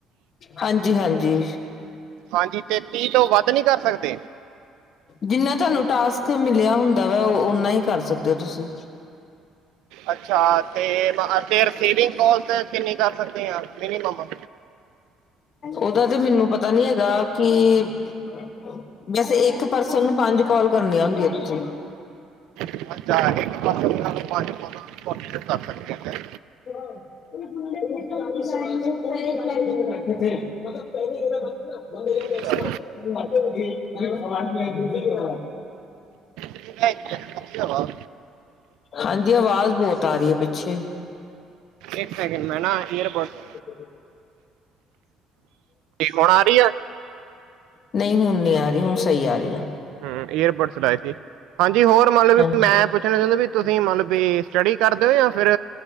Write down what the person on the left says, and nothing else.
ਹਾਂਜੀ ਹਾਂਜੀ।
ਜਿੰਨਾ ਤੁਹਾਨੂੰ ਟਾਸਕ ਮਿਲਿਆ ਹੁੰਦਾ ਵਾ ਉਹ ਓਨਾ ਹੀ ਕਰ ਸਕਦੇ ਹੋ ਤੁਸੀਂ
ਉਹਦਾ ਤੇ ਮੈਨੂੰ ਪਤਾ ਨੀ ਹੈਗਾ ਕਿ- ਵੈਸੇ ਇੱਕ ਪਰਸਨ ਨੂੰ ਪੰਜ ਕਾਲ ਕਰਨੀੀਆਂ ਹੁੰਦੀਆਂ ਤੁਸੀਂ
ਹ ਮਤਲਬ ਪਹਿ ਭਗਾਨ
ਮੈਂ
ਹਾਂਜੀ ਆਵਾਜ਼ ਬਹੁਤ ਆ ਰਹੀ ਹੈ ਪਿੱਛੇ-
<inaudible>
ਨਹੀਂ ਹੁਣ ਨਹੀਂੀ ਆ ਰਹੀ ਹੁਣ ਸਹੀ ਆ ਰਹੀ ਹੈ।
ਹਾਂਜੀ